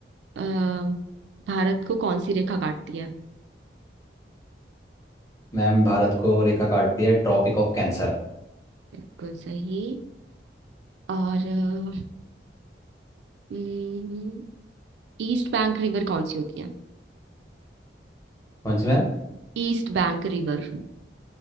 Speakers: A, on the right (about 80°); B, on the left (about 15°).
A: अ, भारत को कौन सी रेखा काटती है
B: मैम भारत को रेखा काटती है ट्रॉपिक ऑफ कैंसर
A: बिल्कुल सही और हम्म, ईस्ट बैंक रिवर कौन सी होती है
B: कौन सी मैम
A: East bank river